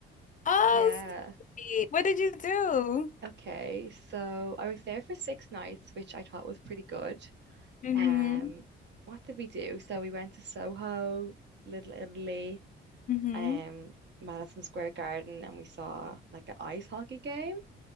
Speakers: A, on the left; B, on the right.
A: Oh,
B: Yeah.
A: sweet. What did you do?
B: Okay. So I was there for six nights, which I thought was pretty good.
A: Mm-hmm.
B: Um, what did we do? So we went to Soho, Little Italy,
A: hmm
B: um, Madison Square Garden, and we saw like an ice hockey game.